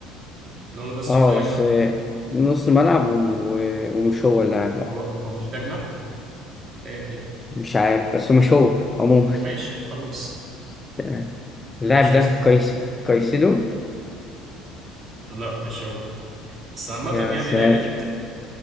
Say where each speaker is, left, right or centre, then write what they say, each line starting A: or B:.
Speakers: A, on the right; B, on the left.
A: الولد ده الصغير
B: اه بس
A: ده
B: آه، نص ملعب و- و- ومش هو اللاعب لا
A: هو هو مش ده جناح؟ آه، ليه
B: مش عارف بس مش هو عموما
A: ماشي خلاص
B: <laughs> تمام اللاعب
A: ماشي
B: ده
A: اسأل
B: كايس كايسيدو
A: لا مش هو بس عامة
B: يا
A: يعني
B: ساتر
A: لعيبة